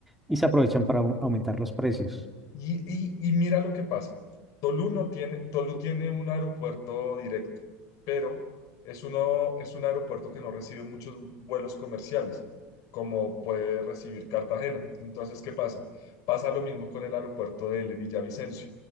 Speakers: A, in the centre; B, on the left.
A: y se aprovechan para au- aumentar los precios.
B: Y, y- y mira lo que pasa. Tolu no tiene, Tolu tiene un aeropuerto directo, pero es uno, es un aeropuerto que no recibe muchos vuelos comerciales, como puede recibir Cartagena. Entonces, ¿qué pasa? Pasa lo mismo con el aeropuerto de Villavicencio.